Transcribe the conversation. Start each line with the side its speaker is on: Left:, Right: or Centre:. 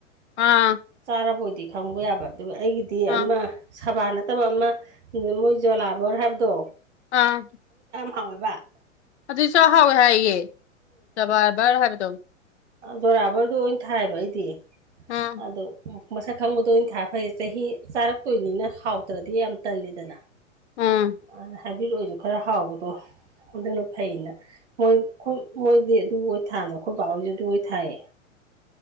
Left: ꯑꯥ
Right: ꯆꯥꯔꯕꯣꯏꯗꯤ ꯈꯪꯕ ꯌꯥꯕ ꯑꯗꯨꯒ ꯑꯩꯒꯤꯗꯤ
Left: ꯑꯥ
Right: ꯑꯃ ꯁꯥꯕꯥ ꯅꯠꯇꯕ ꯑꯃ ꯃꯣꯏ ꯖꯣꯂꯥꯕꯔ ꯍꯥꯏꯕꯗꯣ
Left: ꯑꯥ
Right: ꯐꯥꯎꯕ
Left: ꯑꯗꯨꯏ ꯆꯥꯛꯍꯥꯎꯋꯦ ꯍꯥꯏꯌꯦꯦ ꯕꯥꯕꯔ ꯍꯥꯏꯕꯗꯧ
Right: ꯕꯣꯔꯥꯕꯔꯗꯣ ꯑꯣꯏꯅ ꯊꯥꯏꯕ ꯑꯩꯗꯤ
Left: ꯎꯝ
Right: ꯑ ꯃꯁꯛ ꯈꯪꯕꯗꯣ ꯑꯣꯏꯅ ꯊꯥ ꯐꯩ ꯆꯍꯤ ꯆꯥꯔꯛꯇꯣꯏꯅꯤꯅ ꯍꯥꯎꯗ꯭ꯔꯗꯤ ꯌꯥꯝ ꯇꯜꯂꯤꯗꯅ
Left: ꯎꯝ
Right: ꯑ ꯍꯥꯏꯕꯤꯠ ꯑꯣꯏꯁꯨ ꯈꯔ ꯍꯥꯎꯕꯗꯣ ꯍꯟꯗꯅ ꯐꯩꯅ ꯃꯣꯏ ꯑꯩꯈꯣꯏ ꯃꯣꯏꯗꯤ ꯑꯗꯨ ꯑꯣꯏ ꯊꯥꯕꯅ ꯑꯩꯈꯣꯏ ꯕꯥꯕꯣꯏꯁꯦ ꯑꯗꯨ ꯑꯣꯏ ꯊꯥꯏꯌꯦ